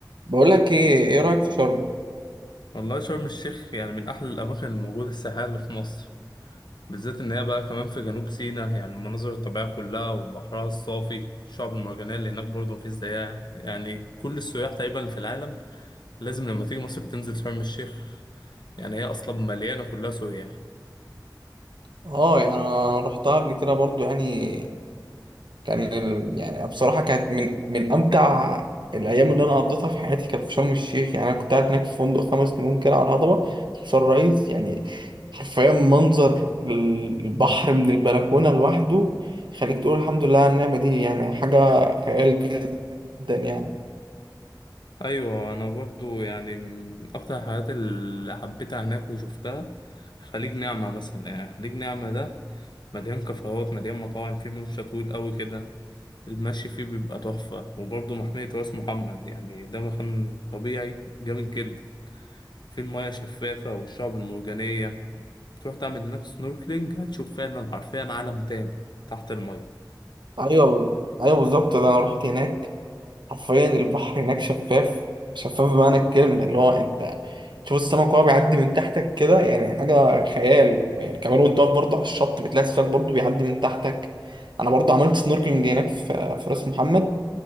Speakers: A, on the right; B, on the left.
A: بقول لك ايه ايه رايك في شرم
B: والله شرم الشيخ يعني من أحلى الأماكن الموجودة السياحية اللي في مصر بالذات إن هي بقى كمان في جنوب سيناء يعني المناظر الطبيعية كلها وبحرها الصافي الشعب المرجانية اللي هناك برضه مفيش زيها يعني كل السياح تقريبا اللي في العالم لازم لما تيجي مصر بتنزل شرم الشيخ يعني هي أصلا مليانة كلها سياح
A: اه يعني انا رحتها قبل كده برضو يعني كان ال- يعني بصراحه كانت من من امتع الايام اللي انا قضيتها في حياتي كانت في شرم الشيخ يعني انا كنت قاعد هناك في فندق خمس نجوم كده على الهضبه سان رايز يعني حرفيا منظر ال- البحر من البلكونه لوحده يخليك تقول الحمد لله على النعمه دي يعني حاجه خيال جدا يعني
B: ايوه انا برضو يعني من اكتر الحاجات اللي حبيتها هناك وشفتها خليج نعمة مثلا يعني خليج نعمة ده مليان كافيهات مليان مطاعم فيه ممشى طويل قوي كده المشي فيه بيبقى تحفة وبرضو محمية راس محمد يعني ده مكان طبيعي جامد جدا فيه المياه شفافة والشعب المرجانية تروح تعمل هناك سنوركلينج هتشوف فعلا حرفيا عالم تاني تحت المية
A: ايوه ايوه بالظبط ده انا رحت هناك حرفيا البحر هناك شفاف شفاف بمعنى الكلمة اللي هو انت تشوف السمك وهو بيعدي من تحتك كده يعني حاجة خيال يعني كمان وانت واقف برضه على الشط بتلاقي السمك برضه بيعدي من تحتك انا برضه عملت سنوركلينج هناك في في راس محمد